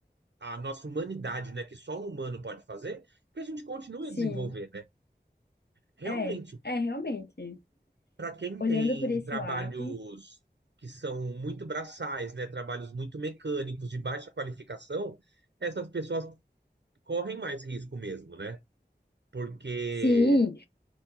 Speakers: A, on the right (about 75°); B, on the left (about 65°).
A: à nossa humanidade, né, que só um humano pode fazer, que a gente continue
B: Sim.
A: a desenvolver, né? Realmente,
B: É, é realmente.
A: Para quem
B: Olhando
A: tem
B: por esse
A: trabalhos
B: lado,
A: que são muito braçais, né, trabalhos muito mecânicos, de baixa qualificação, essas pessoas correm mais risco mesmo, né? Porque
B: Sim,